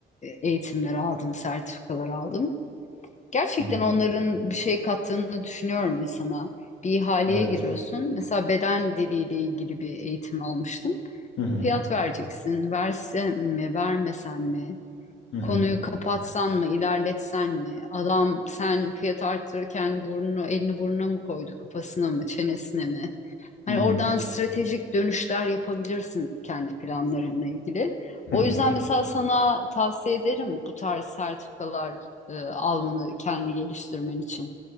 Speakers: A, on the left; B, on the left.
A: eğitimler aldım, sertifikalar aldım. Gerçekten
B: Hı hı.
A: onların bir şey kattığını düşünüyorum insana. Bir ihaleye
B: Evet.
A: giriyorsun. Mesela beden diliyle ilgili bir eğitim almıştım.
B: Hı hı.
A: Fiyat vereceksin. Versem mi, vermesen mi?
B: Hı hı.
A: Konuyu kapatsan mı, ilerletsen mi? Adam sen fiyat arttırırken burnunu, elini burnuna mı koydu, kafasına mı, çenesine mi? Hani
B: Hı hı.
A: oradan stratejik dönüşler yapabilirsin kendi planlarınla ilgili.
B: Hı
A: O
B: hı.
A: yüzden mesela sana tavsiye ederim bu tarz sertifikalar e, almanı kendi geliştirmen için.